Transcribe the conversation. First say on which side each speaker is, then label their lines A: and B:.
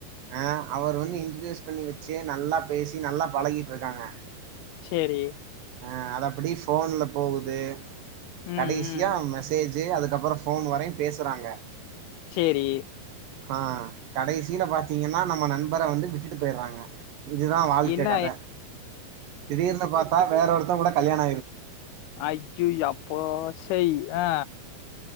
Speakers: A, on the right (about 70°); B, on the left (about 80°).
A: ஆ அவர் வந்து இன்டிடுயூஸ் பண்ணி வச்சு நல்லா பேசி நல்லா பழகிட் டுருக்காங்க
B: சேரி
A: ஆ அத அப்டி போன்ல போகுது
B: ம்
A: கடைசியா
B: ம்
A: மெசேஜ் தே அதுக்கப்ற போன் வரையும் பேசுறாங்க
B: சேரி
A: ஆ கடைசில பாத்தீங்கன்னா நம்ம நண்பர வந்து விட்டுட்டு பேயிராங்க இதுதா வாழ்க்க
B: என்ன
A: கத திடீர்னு பாத்தா வேற ஒருத்தங் கூட கல் <unintelligible>
B: ஐயுய் அப்பா செய் ஆ